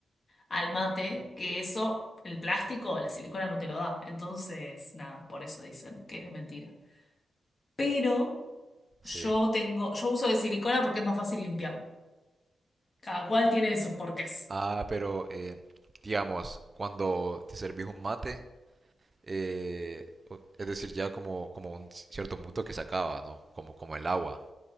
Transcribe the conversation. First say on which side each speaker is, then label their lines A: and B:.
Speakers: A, on the left; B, on the right.
A: al mate, que eso, el plástico, la silicona no te lo da. Entonces, nada, por eso dicen que es de mentira. Pero
B: Sí.
A: yo tengo, yo uso de silicona porque es más fácil limpiarlo. Cada cual tiene sus porqués.
B: Ah, pero eh, digamos, cuando te servís un mate, eh, o- es decir, ya como, como un cierto punto que se acaba, ¿no? Como, como el agua.